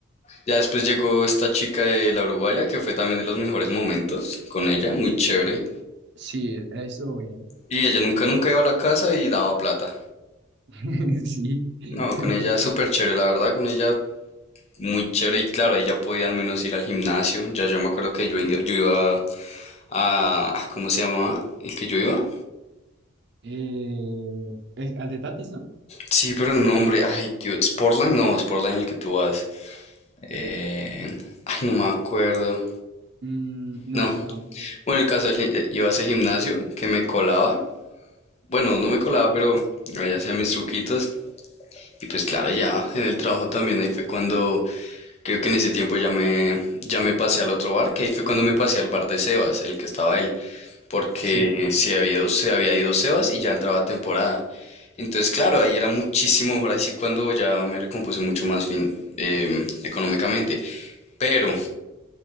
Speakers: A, on the left; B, on the right.
A: Ya después llegó esta chica de la Uruguaya, que fue también de los mejores momentos con ella, muy chévere.
B: Sí, eso bien.
A: Y ella nunca, nunca iba a la casa y daba plata.
B: <laughs> Sí. <laughs>
A: No, con ella súper chévere, la verdad, con ella muy chévere y claro, ella podía al menos ir al gimnasio. Ya yo me acuerdo que yo, in- yo iba a, a- ¿Cómo se llamaba? ¿El que yo iba?
B: Eh, el, al de Tatis, ¿no?
A: Sí, pero el nombre, ay Dios, Sportline, no, Sportline el que tú vas. Eh, ay, no me acuerdo.
B: Mm, no,
A: No.
B: yo tampoco.
A: Bueno, el caso es que eh, iba a ese gimnasio que me colaba Bueno, no me colaba,
B: Sí,
A: pero allá hacía mis truquitos. Y pues claro, ya en el trabajo también, ahí fue cuando creo que en ese tiempo ya me, ya me pasé al otro bar, que ahí fue cuando me pasé al bar de Sebas, el que estaba él, porque
B: sí.
A: se había, se había ido Sebas y ya entraba temporada. Entonces, claro, ahí era muchísimo mejor, ahí sí cuando ya me recompuse mucho más fin, eh, económicamente. Pero,